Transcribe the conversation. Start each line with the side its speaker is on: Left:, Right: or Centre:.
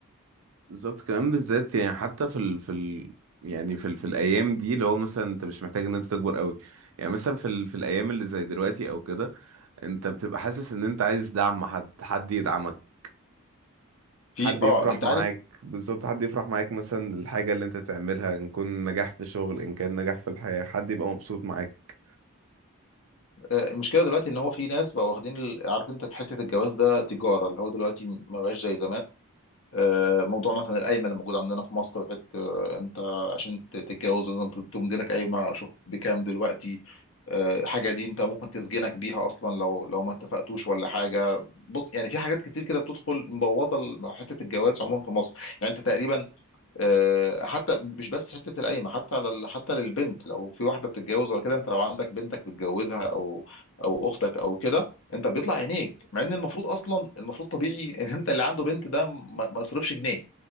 Right: بالظبط كمان بالذات يعني حتى في ال في ال يعني في ال في الأيام دي اللي هو مثلا انت مش محتاج ان انت تكبر قوي يعني مثلا في ال في الأيام اللي زي دلوقتي او كده انت بتبقى حاسس ان انت عايز دعم حد حد يدعمك
Left: في
Right: حد يفرح
Left: اه انت
Right: معاك
Left: عارف
Right: بالظبط حد يفرح معاك مثلا الحاجة اللي انت تعملها ان كان نجاح في شغل ان كان نجاح في الحياة حد يبقى مبسوط معاك
Left: آه، المشكله دلوقتي ان هو في ناس بقوا واخدين ال- عارف انت حته الجواز ده تجاره اللي هو دلوقتي ما بقاش زي زمان آه، موضوع مثلا القايمه اللي موجوده عندنا في مصر حته آه، انت عشان ت- تتجوز لازم ت- تمضي لك قايمه شوف بكام دلوقتي آه، الحاجه دي انت ممكن تسجنك بيها اصلا لو لو ما اتفقتوش ولا حاجه بص يعني في حاجات كتير كده بتدخل مبوظه ال- حته الجواز عموما في مصر يعني انت تقريبا آه، حتى مش بس حته القايمه حتى على ال- حتى للبنت لو في واحده بتتجوز ولا كده انت لو عندك بنتك بتجوزها او او اختك او كده انت بيطلع عينيك مع ان المفروض اصلا المفروض طبيعي <laughs> ان انت اللي عنده بنت ده ما ما يصرفش جنيه